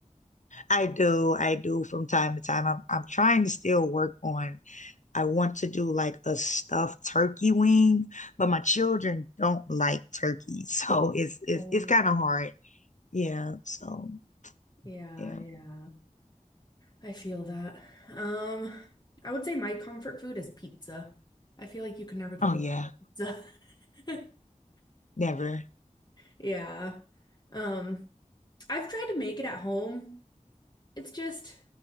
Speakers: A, on the left; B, on the left.
A: I do, I do from time to time. I'm I'm trying to still work on I want to do like a stuffed turkey wing, but my children don't like turkey, <laughs> so it's it's
B: Oh,
A: it's kind of hard. Yeah, so
B: yeah,
A: yeah.
B: yeah. I feel that. Um, I would say my comfort food is pizza. I feel like you can never go
A: Oh
B: wrong
A: yeah,
B: with pizza. <laughs>
A: never.
B: Yeah. Um, I've tried to make it at home. it's just